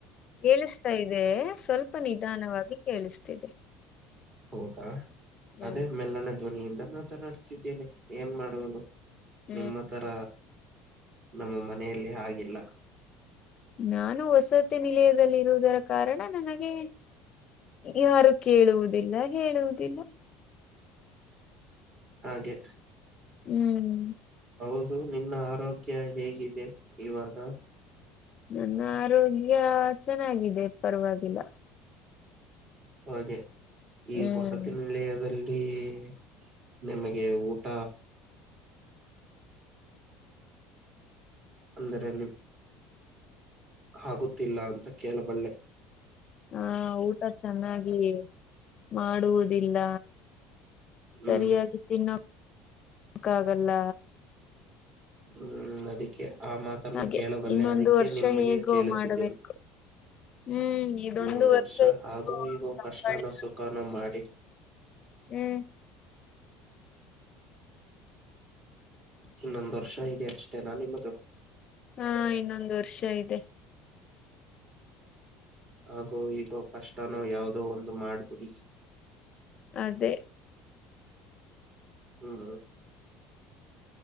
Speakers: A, on the left; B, on the right.
A: ಕೇಳಿಸ್ತಾ ಇದೆ ಸ್ವಲ್ಪ ನಿಧಾನವಾಗಿ ಕೇಳಿಸ್ತಿದೆ
B: ಹೌದಾ
A: ಹ್ಮ್
B: ಅದೇ ಮೇಲನ ಧ್ವನಿಯಿಂದ ಮಾತನಾಡ್ತಿದ್ದೇನೆ ಏನ್ ಮಾಡುವುದು
A: ಹ್ಮ್
B: ನಿಮ್ಮ ತರ ನಮ್ಮ ಮನೆಯಲ್ಲಿ ಹಿಲ್ಲ
A: ನಾನು ವಸತಿ ನಿಲಯದಲ್ಲಿರುವುದರ ಕಾರಣ ನನಗೆ ಯಾರು ಕೇಳುವುದಿಲ್ಲ ಹೇಳುವುದಿಲ್ಲ
B: ಹಾಗೆ
A: ಹ್ಮ್
B: ಹೌದು ನಿನ್ನ ಆರೋಗ್ಯ ಹೇಗಿದೆ ಇವಾಗ
A: ನನ್ನ ಆರೋಗ್ಯ ಚೆನ್ನಾಗಿದೆ ಪರವಾಗಿಲ್ಲ
B: ಹಾಗೆ ಈ
A: ಹ್ಮ್
B: ಹೊಸ ತಿಿನಲೆಯದಲ್ಲಿ ಲ್ಲಿ ನಿಮಗೆ ಊಟ ಅಂದರೆಲ್ಲಿ ಆಗುತ್ತಿಲ್ಲ ಅಂತ ಕೇಳಬಳ್ಳೆ
A: ಹಾ ಊಟ ಚೆನ್ನಾಗಿ ಮಾಡುವುದಿಲ್ಲ
B: ಹ್ಮ್
A: ಸರಿಯಾಗಿ ತಿನ್ನೋಕ್ಕ ಆಾಗಲ್ಲ
B: ಹ್ಮ್ ಅದಿಕ್ಕೆ ಆ ಮಾತನ್ನು
A: ಹಾಗೆ
B: ಕೇಳಬಲ್ಲೆ
A: ಇನ್ನೊಂದು
B: ಅದಕ್ಕೆ
A: ವರ್ಷ
B: ನಿಮಗೆ
A: ಹೇಗೋ
B: ಕೇಳುತ್ತಿದ್ದೇನೆ
A: ಮಾಡಬೇಕು ಹ್ಮ್ ಇದೊಂದು
B: ಇನ್ನೊಂದ್ ವರ್ಷ
A: ಹೇಗೋ
B: ಹಾಗೋ ಇವೋ
A: ಸಂಭಾಳಿಸಬೇಕು
B: ಕಷ್ಟನ ಸುಖನ ಮಾಡಿ
A: ಹ್ಮ್
B: ಇನ್ನೊಂದು ವರ್ಷ ಇದ ಅಷ್ಟೇ ನಾನ ನಿಮ್ಮದ
A: ಹಾ ಇನ್ನೊಂದು ವರ್ಷ ಇದೆ
B: ಹಾಗು ಈಗ ಕಷ್ಟನೋ ಯಾವ್ದೋ ಒಂದು ಮಾಡ್ಬಿಡಿ
A: ಅದೇ
B: ಹ್ಮ್ ಹ್ಮ